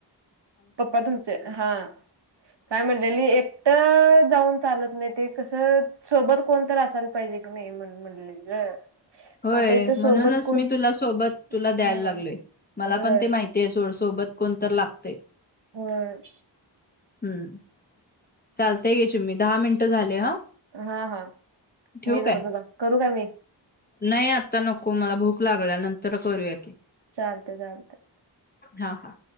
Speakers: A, on the right; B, on the left.
A: पप्पा तुमचे, हा. काय म्हणले, एकटं जाऊन चालत नाही. ते कसं सोबत कोणत असायला पाहिजे. मी म्हण-म्हणली ग.
B: होय,
A: मग आता इथं
B: म्हणूनच
A: सोबत कोण
B: मी तुला सोबत
A: हम्म
B: तुला द्यायला लागलोय मला
A: होय
B: पण ते माहिती ते सोड, सोबत कोणत लागतय.
A: होय.
B: हम्म, चालतय घे चिन्हे, मी दहा मिनटं झाले हा
A: हा-हा
B: ठेवू
A: मी करत
B: काय?
A: होता, करू का मी.
B: नाही आता नको, मला भूक लागल्या, नंतर करूया की.
A: चालतय-चालतय.
B: हा-हा